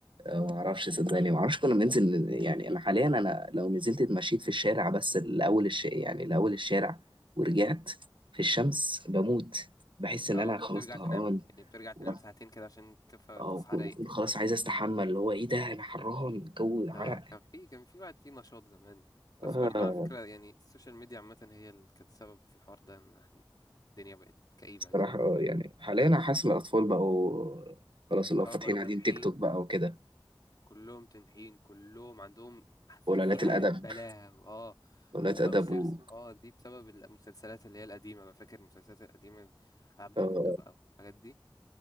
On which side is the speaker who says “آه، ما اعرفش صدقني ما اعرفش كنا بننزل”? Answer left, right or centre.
Right